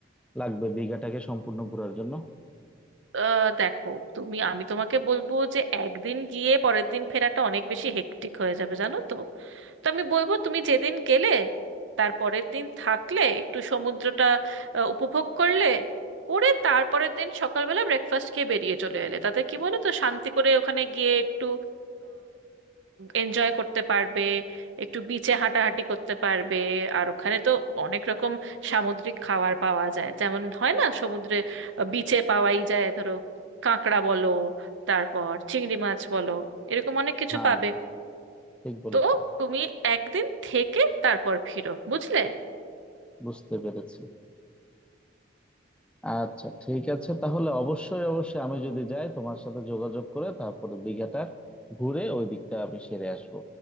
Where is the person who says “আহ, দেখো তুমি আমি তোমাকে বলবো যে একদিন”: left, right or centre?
Right